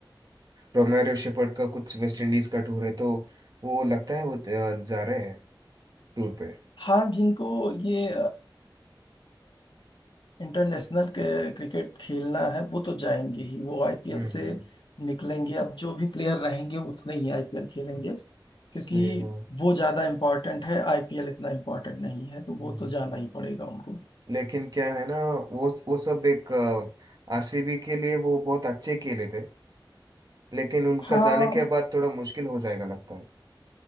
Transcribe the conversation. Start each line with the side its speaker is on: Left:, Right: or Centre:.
Right: रोमेरियो शेफर्ड का कुछ वेस्ट इंडीज का टूर है तो वो लगता है वो अ, जा रहे हैं टूर पे
Left: हाँ जिनको ये इंटरनेशनल क्रिकेट खेलना है वो तो जाएंगे ही वो आईपीएल
Right: हम्म
Left: से
Right: हम्म
Left: निकलेंगे अब जो भी प्लेयर रहेंगे उतने ही आईपीएल खेलेंगे क्योंकि
Right: सही वो
Left: वो ज्यादा इम्पोर्टेंट है आईपीएल इतना इम्पोर्टेंट नहीं है तो
Right: हम्म।
Left: वो तो जाना ही पड़ेगा उनको
Right: लेकिन क्या है ना वो वो सब एक आरसीबी के लिए वो बहुत अच्छे खेले थे लेकिन उनका
Left: हाँ
Right: जाने के बाद थोड़ा मुश्किल हो जाएगा लगता है